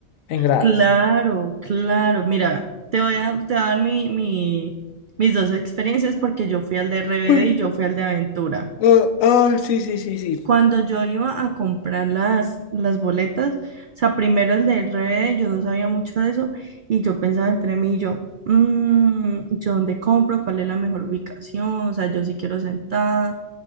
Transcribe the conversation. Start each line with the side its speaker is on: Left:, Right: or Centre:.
Left: en gradas.
Right: Claro, claro. Mira, te voy a, te voy a dar mi, mi- mis dos experiencias porque yo fui al de RBD
Left: Pues,
Right: y yo fui al de Aventura
Left: ah, ah, sí, sí, sí, sí.
Right: cuando yo iba a comprar las, las boletas, o sea, primero el del RBD, yo no sabía mucho de eso y yo pensaba entre mí y yo, "Mm, ¿yo dónde compro? ¿Cuál es la mejor ubicación? O sea, yo sí quiero sentada.